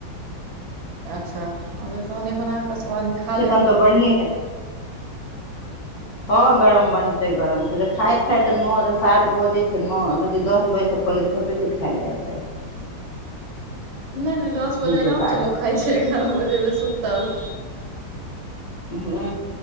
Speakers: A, on the right; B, on the left.
A: अच्छा हां तऽ तहन ई बना कऽ सब आदमी खा
B: तहन
A: लेब।
B: तऽ बढ़िए
A: <inaudible>
B: हां गरम बनतै, गरम खेतै, खाएत-खाएत ते न सात बजे छै न अथी दस बजे से पहले थोरबे कियो खाय लै हेतै।
A: <inaudible> नै-नै दस बजे अराम
B: कृपा
A: से
B: रहतै
A: लोक खाय छै, एगारअ बजे मे सुतल।
B: हुं